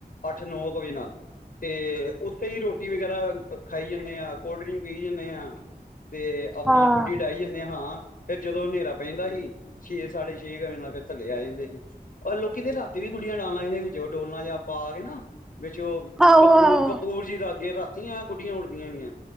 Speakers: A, on the left; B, in the centre.
A: ਅੱਠ ਨੌ ਕੁ ਵਜੇ ਨਾਲ ਅਤੇ ਉੱਥੇ ਹੀ ਰੋਟੀ ਵਗੈਰਾ ਖਾਈ ਜਾਂਦੇ ਆ ਕੋਲਡ ਡਰਿੰਕ ਪੀ ਜਾਂਦੇ ਹਾਂ ਤੇ ਆਪਣਾ
B: ਹਾਂ
A: ਗੁੱਡੀ ਡਹੀ ਜਾਂਦੇ ਹ ਹਾਂ ਫਿਰ ਜਦੋਂ ਹਨੇਰਾ ਪੈਂਦਾ ਸੀ ਛੇ ਸਾਢੇ ਛੇ ਕੁ ਬ ਨਾਲ ਫਿਰ ਥੱਲੇ ਆ ਜਾਂਦੇ ਸੀ ਹ ਲੋਕੀ ਤੇ ਰਾਤੀ ਵੀ ਗੁੜੀਆਂ ਡਾਲਣਾ ਇਹਦੇ ਵਿੱਚ ਉਹ ਡੋਲਣਾ ਜਾਂ ਪਾ ਕੇ ਨਾ ਵਿੱਚ ਉਹ
B: ਆਹੋ
A: ਕਪ
B: ਆਹੋ
A: ਕਪੂਰ ਜੀ ਰਾਗੇ ਰਾਤੀਆਂ ਗੁੱਡੀਆਂ ਉੱਡਦੀਆਂ ਵੀਆਂ